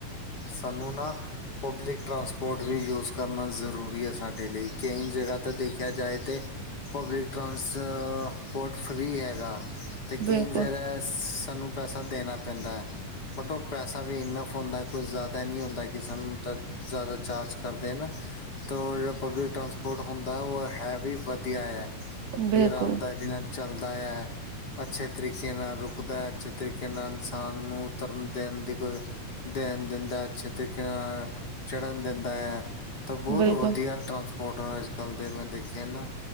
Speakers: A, on the left; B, on the right.
A: ਸਾਨੂੰ ਨਾ, ਪਬਲਿਕ ਟਰਾਂਸਪੋਰਟ ਵੀ ਯੂਜ਼ ਕਰਨਾ ਜ਼ਰੂਰ। ਜ਼ਰੂਰੀ ਹੈ ਸਾਡੇ ਲਈ। ਕਈ ਜਗ੍ਹਾ, ਤਾਂ ਦੇਖਿਆ ਜਾਵੇ ਤੇ। ਪਬਲਿਕ ਟ੍ਰਾਂਸਪੋਰਟ ਫ੍ਰਰੀ ਹੈਗਾ। ਤੇ ਕਈ
B: ਬਿਲਕੁਲ
A: ਜਾਗਾ ਸਾਨੂੰ ਪੈਸਾ ਦੇਣਾ ਪੈਂਦਾ ਹੈ। ਬਟ, ਉਹ ਪੈਸਾ ਵੀ ਇਨਾਫ਼ ਹੁੰਦਾ, ਕੁਝ ਜ਼ਿਆਦਾ ਨਹੀਂ ਹੁੰਦਾ ਕਿਸੇ ਨੂੰ। ਜ਼ਿਆਦਾ ਚਾਰਜ ਕਰਦੇ, ਨਾ। ਤਾਂ, ਜਿਹੜਾ ਪਬਲਿਕ ਟਰਾਂਸਪੋਰਟ ਹੁੰਦਾ, ਉਹ ਹੈ ਵੀ ਵਧੀਆ ਹੈ
B: ਬਿਲਕੁਲ
A: ਕਿ ਆਰਾਮਦਾਇਕ ਹੈ? ਚਲਦਾ ਹੈ। ਅੱਛੇ ਤਰੀਕੇ ਨਾਲ ਰੁਕਦਾ ਹੈ। ਅੱਛੇ ਤਰੀਕੇ ਨਾਲ ਇਨਸਾਨ ਨੂੰ ਉਤਰਨ ਦੇਣ ਦੀ ਕੋਈ। ਦੇਣ ਦਿੰਦਾ, ਅੱਛੇ ਤਰੀਕੇ ਨਾਲ ਚੜ੍ਹਨ ਦਿੰਦਾ ਹੈ। ਤਾਂ ਬਹੁਤ
B: ਬਿਲਕੁਲ
A: ਵਧੀਆ ਟਰਾਂਸਪੋਰਟ ਹੈ ਅੱਜ ਕੱਲ੍ਹ ਦੇ, ਮੈਂ ਦੇਖੇ ਨਾ।